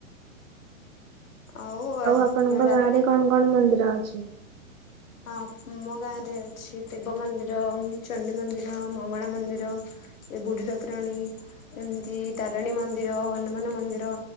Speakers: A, on the left; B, on the right.
A: ଆଉ ଆ
B: ଆପଣଙ୍କ
A: ରା
B: ଗାଁ ରେ କଣ କଣ ମନ୍ଦିର ଅଛି?
A: ହମ୍ ଆମ ଗାଁରେ ଅଛି ଶିବ ମନ୍ଦିର, ଚଣ୍ଡୀ ମନ୍ଦିର, ମଙ୍ଗଳା ମନ୍ଦିର ଏ ବୁଢୀ ଠାକୁରାଣୀ ଏମତି ତାରିଣୀ ମନ୍ଦିର, ହନୁମାନ ମନ୍ଦିର,